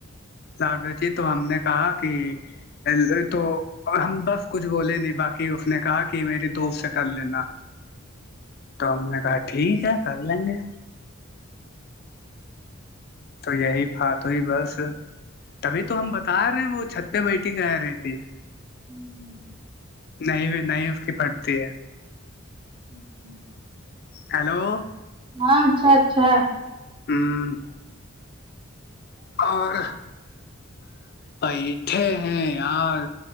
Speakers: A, on the left; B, on the right.
A: لار ب جی تو ہم نے کہا کہ الل تو ہم بس کچھ بولے نہیں باقی اس نے کہا کہ میری دوست سے کر لینا تو ہم نے کہا ٹھیک ہے کر لیں گے تو یہی بات ہوئی بس تبھی تو ہم بتا رہے ہیں وہ چھت پہ بیٹھی کہ رہی تھی
B: ہوں
A: نہیں بھی نہیں اس کی پڑتی ہے
B: اچ
A: ہیلو
B: ہاں اچھا اچھا
A: ہوں اور پیھے ہیں یار